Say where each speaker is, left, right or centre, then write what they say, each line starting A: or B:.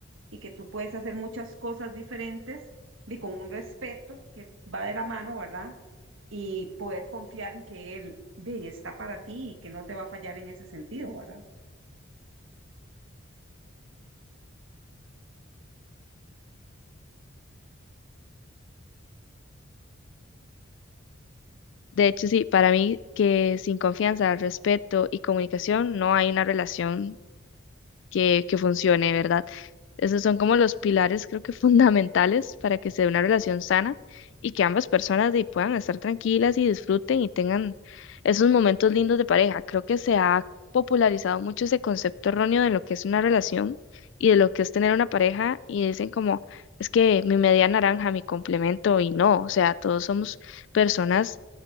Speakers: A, on the right (about 65°); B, on the left (about 60°).
A: y que tú puedes hacer muchas cosas diferentes y con un respeto que va de la mano, ¿verdad? y poder confiar en que Él ve, está para ti y que no te va a fallar en ese sentido, ¿verdad?
B: De hecho, sí, para mí que sin confianza, respeto y comunicación no hay una relación que, que funcione, ¿verdad? Esos son como los pilares, creo que <laughs> fundamentales para que se dé una relación sana y que ambas personas de ahí puedan estar tranquilas y disfruten y tengan esos momentos lindos de pareja. Creo que se ha popularizado mucho ese concepto erróneo de lo que es una relación y de lo que es tener una pareja y dicen como, es que mi media naranja, mi complemento y no, o sea, todos somos personas